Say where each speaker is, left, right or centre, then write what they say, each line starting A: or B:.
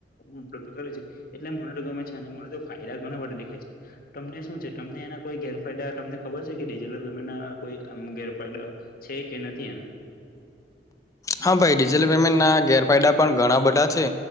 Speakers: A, on the left; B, on the left.
A: ઉપલબ્ધ કરે છે, એટલે મને તો ગમે છે અને મને તો ફાયદા ઘણા દેખાય છે, તમને શું છે. ટમને એના કોઈ ગેરફાયદા ટમને ખબર છે કે ડિજિટલ પેમેન્ટના કોઈ આમ ગેર ફાયદા છે કે નથી એના
B: હા ભાઈ ડિજિટલ પેમેન્ટના ગેર ફાયદા પણ ઘણા બધા છે